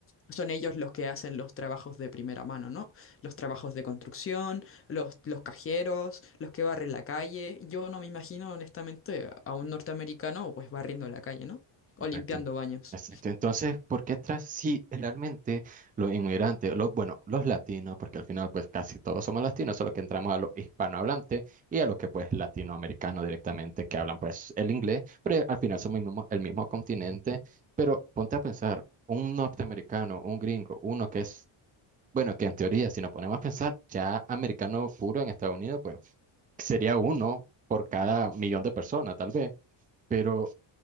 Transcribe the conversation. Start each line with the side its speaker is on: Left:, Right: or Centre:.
Left: Son ellos los que hacen los trabajos de primera mano, ¿no? Los trabajos de construcción, los, los cajeros, los que barren la calle. Yo no me imagino, honestamente, a un norteamericano pues barriendo la calle, ¿no? O
Right: Correcto.
Left: limpiando baños.
Right: Exacto. Entonces, ¿por qué tras si realmente los inmigrantes, los, bueno, los latinos, porque al final pues casi todos somos latinos, solo que entramos a los hispanohablantes y a los que pues latinoamericanos directamente que hablan pues el inglés, pero al final somos el mismo, el mismo continente, pero ponte a pensar, un norteamericano, un gringo, uno que es, bueno, que en teoría si nos ponemos a pensar, ya americano puro en Estados Unidos, pues sería uno por cada millón de personas tal vez. Pero